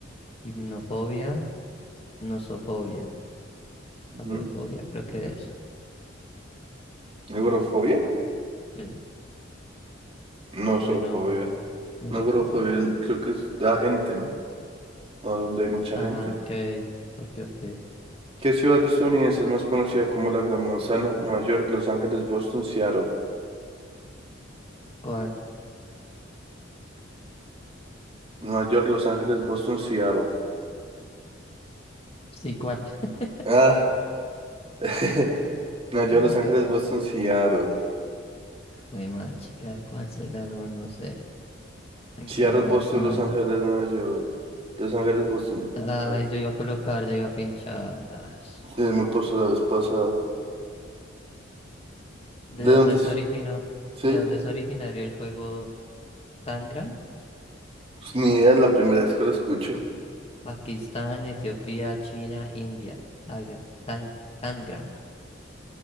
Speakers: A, on the left; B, on the right.
A: hipnofobia nosofobia. Agorafobia,
B: Mm,
A: creo que es.
B: ¿Agrofobia?
A: Sí.
B: No,
A: Uy,
B: zoofobia.
A: no, nosofobia.
B: No, agrofobia creo que es da gente, ¿no? O donde hay mucha
A: Ah,
B: gente.
A: ok, ok, ok.
B: ¿Qué ciudad estadounidense es más conocida como la Gran Manzana? Nueva York, Los Ángeles, Boston, Seattle.
A: ¿Cuál?
B: Nueva York, Los Ángeles, Boston, Seattle.
A: Sí, ¿cuál? <laughs>
B: Ah, <laughs> Nueva York,
A: Eh,
B: Los Ángeles, Boston, Seattle.
A: jue madre, chica, ¿cuál será? No, no sé. La gran
B: Seattle,
A: manzana.
B: Boston, Los Ángeles, Nueva York. Los Ángeles, Boston.
A: Ay,
B: eh,
A: yo iba a colocar, yo iba a pinchar. As.
B: sí, me pasó la vez pasada.
A: ¿De
B: ¿De
A: dónde
B: dónde es?
A: se originó?
B: Sí,
A: ¿De dónde es originario el juego Tangram?
B: pues, ni idea, es la primera vez que lo escucho.
A: Pakistán, Etiopía, China, India. Tagra- Tan, Tangram.